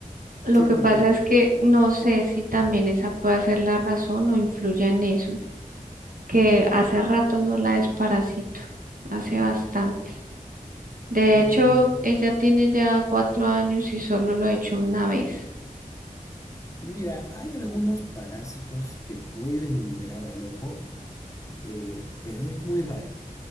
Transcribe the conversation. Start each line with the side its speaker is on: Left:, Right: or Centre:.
Right: Lo
Left: Sí,
Right: que
Left: dime,
Right: pasa
Left: dime.
Right: es que no sé si también esa puede ser la razón o influya en eso, que hace rato no la desparasito, hace bastante. De
Left: Mm,
Right: hecho, ella tiene ya cuatro años y solo lo he hecho una vez.
Left: mira, hay algunos parásitos que pueden migrar al ojo, eh, pero es muy raro.